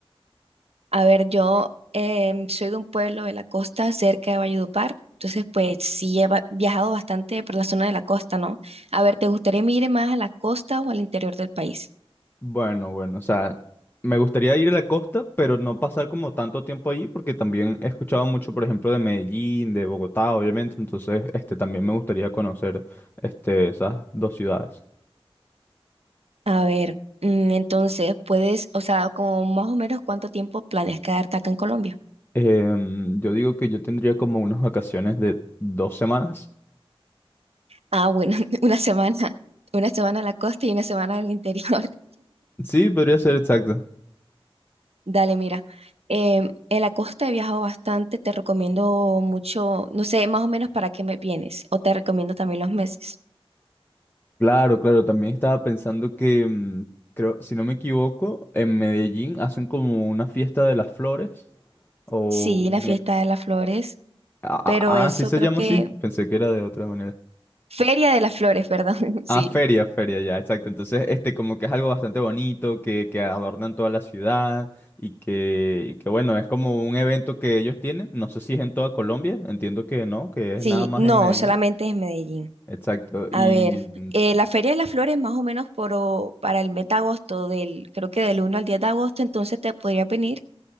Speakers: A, on the right; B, on the left.
A: A ver, yo em, soy de un pueblo de la costa cerca de Valledupar, entonces pues sí he va- viajado bastante por la zona de la costa, ¿no? A ver, ¿te gustaría ir más a la costa o al interior del país?
B: Bueno, bueno, o sea, me gustaría ir a la costa, pero no pasar como tanto tiempo allí, porque también he escuchado mucho, por ejemplo, de Medellín, de Bogotá, obviamente, entonces, este, también me gustaría conocer, este, esas dos ciudades.
A: A ver, mm, entonces puedes, o sea, como más o menos cuánto tiempo planeas quedarte acá en Colombia.
B: Em, yo digo que yo tendría como unas vacaciones de dos semanas.
A: Ah, bueno, <laughs> una semana, una semana en la costa y una semana en el interior. <laughs>
B: Sí, podría ser exacto.
A: Dale, mira, em, en la costa he viajado bastante, te recomiendo mucho, no sé, más o menos para qué me vienes, o te recomiendo también los meses.
B: Claro, claro, también estaba pensando que, mm, creo, si no me equivoco, en Medellín hacen como una fiesta de las flores o
A: Sí,
B: un...
A: la fiesta
B: e-
A: de las flores,
B: Ah, ah,
A: pero eso
B: ah, sí se
A: creo
B: llama
A: que...
B: así, pensé que era de otra manera.
A: Feria de las Flores, ¿verdad? <laughs> Sí.
B: Ah, feria, feria, ya, exacto. Entonces, este como que es algo bastante bonito, que, que adornan toda la ciudad y que, y que bueno, es como un evento que ellos tienen. No sé si es en toda Colombia, entiendo que no, que
A: Sí,
B: es nada más
A: no,
B: en Medellín.
A: solamente es Medellín.
B: Exacto.
A: A
B: Y
A: ver,
B: mm,
A: eh, la Feria de las Flores más o menos por, o- para el mes de agosto, del, creo que del uno al 10 de agosto, entonces te podría venir